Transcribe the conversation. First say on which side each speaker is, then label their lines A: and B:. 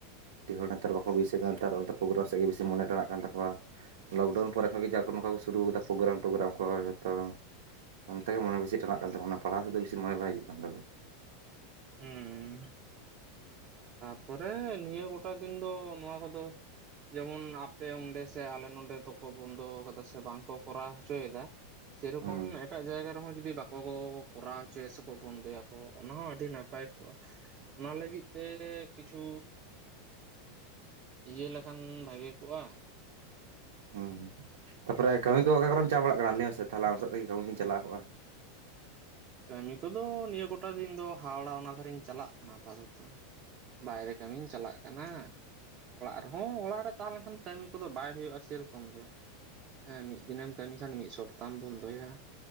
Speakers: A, on the right; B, on the right.
A: ᱟᱹᱰᱤ ᱦᱚᱲ ᱱᱮᱛᱟᱨ ᱵᱟᱠᱚ <unintelligible> ᱠᱟᱱᱟ ᱱᱮᱛᱟᱨ ᱚᱱᱛᱮ ᱯᱨᱳᱜᱨᱟᱢ ᱥᱮᱫ ᱜᱮ ᱵᱤᱥᱤ ᱢᱚᱱᱮ ᱴᱟᱱᱟᱜ ᱠᱟᱱ ᱛᱟᱠᱚᱣᱟ᱾ ᱞᱚᱠᱰᱟᱣᱩᱱ ᱯᱚᱨᱮ ᱠᱷᱚᱱ ᱜᱮ ᱡᱟ ᱱᱚᱝᱠᱟ ᱠᱚ ᱥᱩᱨᱩ ᱠᱟᱫᱟ ᱯᱨᱳᱜᱨᱟᱢ ᱴᱳᱚᱜᱜᱨᱟᱢ ᱠᱚ ᱡᱚᱛᱚ ᱚᱱᱛᱮ ᱜᱮ ᱢᱚᱱᱮ ᱵᱮᱥᱤ ᱴᱟᱱᱟᱜ ᱠᱟᱱ ᱛᱟᱠᱚᱣᱟ ᱚᱱᱟ ᱯᱟᱲᱦᱟᱣ ᱨᱮᱜᱮ ᱢᱚᱱᱮ ᱵᱟᱝ ᱵᱟᱹᱭᱥᱟᱹᱜ ᱠᱟᱱ ᱛᱟᱠᱚᱣᱟ᱾
B: ᱦᱩᱸ <unintelligible> ᱱᱤᱭᱟᱹ ᱜᱚᱴᱟ ᱫᱤᱱ ᱫᱚ ᱱᱚᱣᱟ ᱠᱚᱫᱚ ᱡᱮᱢᱚᱱ ᱟᱯᱮ ᱚᱸᱰᱮ ᱥᱮ ᱟᱞᱮ ᱱᱚᱰᱮ ᱫᱚᱠᱚ ᱵᱚᱱᱫᱚ ᱠᱟᱫᱟ ᱥᱮ ᱵᱟᱝᱠᱚ ᱠᱚᱨᱟᱣ ᱦᱚᱪᱚᱭᱮᱫᱟ ᱥᱮᱨᱚᱠᱚᱢ
A: ᱦᱩᱸ
B: ᱮᱴᱟᱜ ᱡᱟᱭᱜᱟ ᱨᱮᱦᱚᱸ ᱡᱩᱫᱤ <unintelligible> ᱠᱚ ᱠᱚ ᱠᱚᱨᱟᱣ ᱦᱚᱪᱚᱭᱟ ᱥᱮᱠᱚ ᱵᱚᱱᱫᱚᱮᱭᱟᱠᱚ ᱚᱱᱟ ᱦᱚᱸ ᱟᱹᱰᱤ ᱱᱟᱯᱟᱭ ᱠᱚᱜᱼᱟ ᱚᱱᱟ ᱞᱟᱹᱜᱤᱫ ᱛᱮ ᱠᱤᱪᱷᱩ ᱤᱭᱟᱹ ᱞᱮᱠᱷᱟᱱ ᱵᱷᱟᱜᱮ ᱠᱚᱜᱼᱟ᱾
A: ᱦᱮᱸ ᱛᱟᱯᱚᱨᱮ ᱠᱟᱹᱢᱤ ᱠᱚ ᱚᱠᱟ ᱠᱚᱨᱮᱢ ᱪᱟ ᱵᱟᱲᱟᱜ ᱠᱟᱱᱟ ᱞᱟᱹᱭ ᱢᱮ ᱥᱮ ᱛᱟᱦᱚᱞᱮ ᱟᱢ ᱥᱟᱶ ᱛᱮᱜᱮ ᱠᱟᱹᱢᱤ ᱠᱩᱧ ᱪᱟ ᱠᱚᱜᱼᱟ᱾
B: ᱠᱟᱹᱢᱤ ᱠᱚᱫᱚ ᱱᱤᱭᱟᱹ ᱜᱚᱴᱟ ᱫᱤᱱ ᱫᱚ ᱦᱟᱣᱲᱟ ᱚᱱᱟ ᱫᱷᱟᱨᱮᱧ ᱪᱟᱞᱟᱜ ᱠᱟᱱᱟ ᱟᱯᱟᱛᱚᱛᱚ᱾ ᱵᱟᱭᱨᱮ ᱠᱟᱹᱢᱤᱧ ᱪᱟᱞᱟᱜ ᱠᱟᱱᱟ ᱚᱲᱟᱜ ᱨᱮᱦᱚᱸ ᱚᱲᱟᱜ ᱨᱮ᱾ <unintelligible> ᱞᱮᱱ ᱠᱷᱟᱱ ᱠᱟᱹᱢᱤ ᱠᱚᱫᱚ ᱵᱟᱭ ᱦᱩᱭᱩᱜᱼᱟ ᱥᱮᱨᱚᱠᱚᱢ ᱫᱚ᱾ ᱦᱮᱸ ᱢᱤᱫ ᱫᱤᱱᱮᱢ ᱠᱟᱹᱢᱤ ᱠᱷᱟᱱ ᱢᱤᱫ ᱥᱚᱯᱛᱟᱢ ᱵᱚᱱᱫᱚᱭᱟ